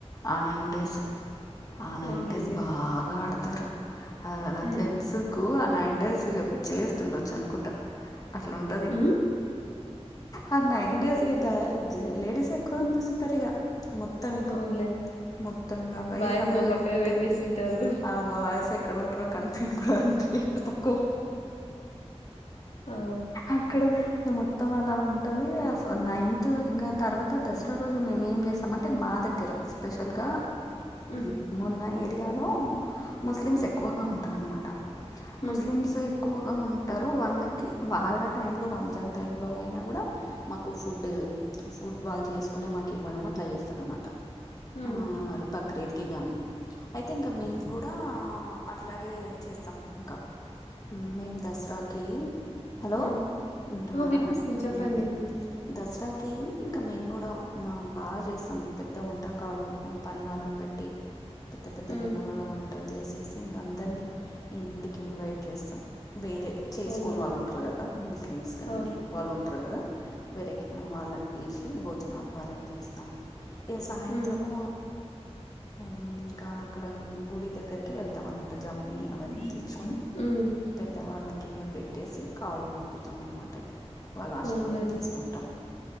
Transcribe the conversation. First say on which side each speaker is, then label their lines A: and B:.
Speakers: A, on the left (about 35°); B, on the left (about 80°).
A: ఆ నైన్ డేస్ ఆ నైన్
B: అవునులేండి
A: డేస్ బాగ ఆడతారు అల
B: ఉమ్
A: జెంట్స్కు ఆ నైన్ డేస్ ఇగ పిచ్చ లేస్తుండోచ్చు అనుకుంట అట్ల ఉంటది
B: ఉమ్
A: ఆ నైన్ డేస్ ఇగ లేడిస్ ఎక్కువ కనిపిస్తుంటారిగ మొత్తం ఇంక
B: అవునులే
A: మొత్తం <unintelligible>
B: బాయ్స్
A: హడావిడులు
B: నువ్వు పక్కకు
A: ఉట్టాయి
B: పెట్టేసింటారు
A: ఆ బాయ్స్ <unintelligible> ఎక్కడ ఉంటారో కనిపిను కూడ కన్పియార్ తక్కువ
B: ఆ
A: అక్కడ <unintelligible> మొత్తం అలా ఉంటది నైన్త్ ఇంక తర్వాత దసర రోజు మేము ఏం చేస్తామంటే మా దగ్గర స్పెషల్గా
B: ఉమ్
A: మేమున్న ఏరియాలో ముస్లిమ్స్
B: ఉమ్
A: ఎక్కువగా ఉంటారన్నమాట
B: ఉమ్
A: ముస్లిమ్స్ ఎ గా ఉంటారు వాళ్ళకి వాళ్ళ టైం లో రంజాన్ టైం లో అయినా కూడా మాకు ఫుడ్ ఫుడ్ వాళ్ళు చేసుకునే మాకు ఇవ్వడం అట్లా చేస్తారన్నమాట
B: ఉమ్
A: ఆ బక్రీద్కి గానీ అయితే ఇంకా మేము కూడా అట్లాగే చేస్తాం ఇంకా మేము దసరాకి హలో
B: ఉమ్
A: వింటున్నావా
B: ఆ వినిపిస్తుంది చెప్పండి
A: ఉ దసరాకి ఇంకా మేము కూడా మా బాగా చేస్తాం పెద్ద వంటకాలు పని వాళ్ళని బేట్టి పెద్ద పెద్ద
B: ఉమ్
A: గిన్నెలలో వంటలు చేసేసి ఇంక అందరినీ ఇంటికి ఇన్వైట్ చేస్తాం వేరే చేసుకొని
B: అవునులే
A: వాళ్ళు ఉంటారు కదా ముస్లిమ్స్ కానీ
B: ఆ
A: వాళ్ళు ఉంటారు కదా వెరకి వాళ్ళని పిలిచి భోజనాలు అరేంజ్ చేస్తాము ఇగ సాయంత్రము
B: ఉమ్
A: ఇంకా అక్కడ గుడి దగ్గరికి వెళ్తాం అనమాట జమ్మి అవన్నీ
B: ఉ
A: తెచ్చుకొని పెద్దవాళ్ళకి ఇ పెట్టేసి కాలు మొక్కుతాం అన్నమాట ఇక వాళ్ళ ఆశీర్వాదం
B: అవునులేండి
A: తీసుకుంటాం